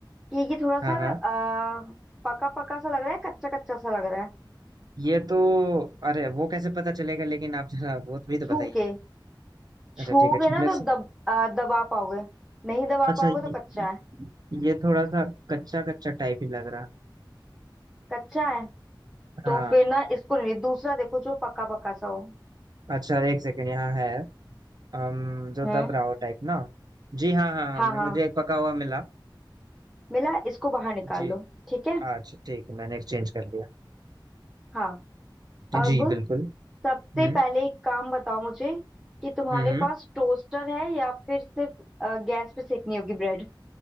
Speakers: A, in the centre; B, on the right.
A: कि ये थोड़ा
B: हाँ
A: सा
B: हाँ
A: आ, पका पका सा लग रहा है कच्चा कच्चा सा लग रहा है
B: ये तो अरे वो कैसे पता चलेगा लेकिन आप जरा वो भी तो
A: छू
B: बताइए
A: के छूओगे
B: अच्छा ठीक है
A: ना
B: इनमें
A: तो
B: से
A: दब आ, दबा पाओगे नहीं दबा
B: अच्छा
A: पाओगे
B: ये
A: तो कच्चा है
B: ये थोड़ा सा कच्चा कच्चा टाइप ही लग रहा
A: कच्चा है तो
B: हाँ
A: फिर ना इसको नहीं दूसरा देखो जो पका पका सा हो
B: अच्छा एक सेकंड यहाँ है हम जो
A: हम्म
B: दब रहा हो टाइप ना जी हाँ हाँ
A: हाँ
B: हाँ मैं-
A: हाँ
B: मुझे एक पका हुआ मिला
A: मिला इसको बाहर निकाल
B: जी
A: लो ठीक है
B: अच्छा ठीक है मैंने एक्सचेंज कर लिया
A: हाँ अब
B: जी बिल्कुल
A: सबसे
B: हम्म
A: पहले एक काम बताओ मुझे कि तुम्हारे
B: हम्म हम्म।
A: पास टोस्टर है या फिर सिर्फ अ, गैस पे सेकनी होगी ब्रेड